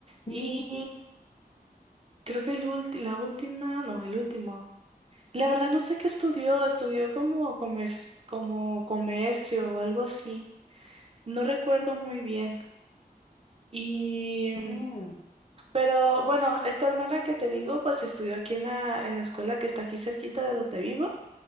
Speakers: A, on the right; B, on the left.
A: Y
B: Mm,
A: creo que el ulti- la última, no, el último. La verdad no sé qué estudió, estudió como comercio, como comercio o algo así. No recuerdo muy bien. Y
B: mm,
A: mm,
B: mm.
A: Pero bueno, esta hermana que te digo, pues estudió aquí en la, en la escuela que está aquí cerquita de donde vivo,